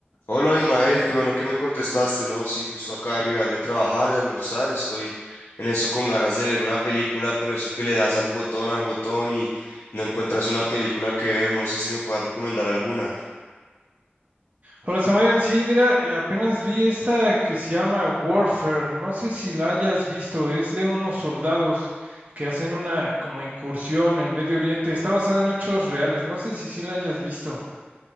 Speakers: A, on the left; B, on the right.
A: Hola, Imael, qué bueno que me contestaste, ¿no? Sí, justo acaba de llegar de trabajar, de almorzar, estoy en eso con ganas de ver una película, pero eso que le das al botón, al botón y no encuentras una película que ver, no sé si me puedas recomendar alguna.
B: Hola Samuel, sí, mira, eh, apenas vi esta que se llama Warfare, no sé si la hayas visto, es de unos soldados que hacen una como incursión en Medio Oriente, está basada en hechos reales, no sé si sí la hayas visto.